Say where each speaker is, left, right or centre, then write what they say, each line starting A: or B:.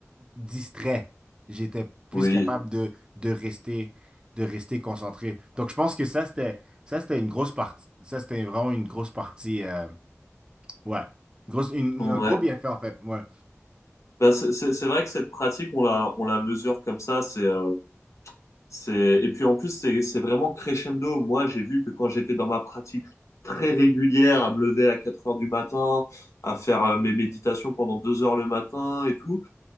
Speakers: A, on the right; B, on the left.
A: distrait, j'étais plus
B: oui.
A: capable de, de rester, de rester concentré. Donc, je pense que ça, c'était, ça, c'était une grosse partie, ça, c'était vraiment une grosse partie, euh, ouais, grosse, une-
B: Ouais.
A: un gros bienfait, en fait, ouais.
B: Bah, c'est c'est- c'est vrai que cette pratique, on la, on la mesure comme ça. C'est, euh, c'est, et puis en plus, c'est, c'est vraiment crescendo. Moi, j'ai vu que quand j'étais dans ma pratique très régulière, à me lever à 4 heures du matin, à faire euh, mes méditations pendant 2 heures le matin et tout,